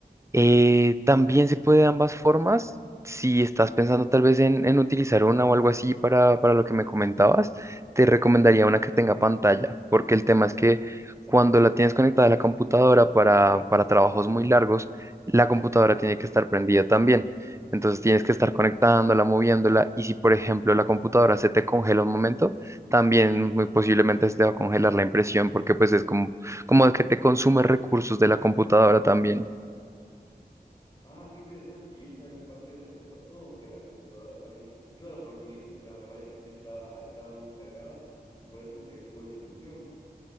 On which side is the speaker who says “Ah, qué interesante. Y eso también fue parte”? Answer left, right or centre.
Left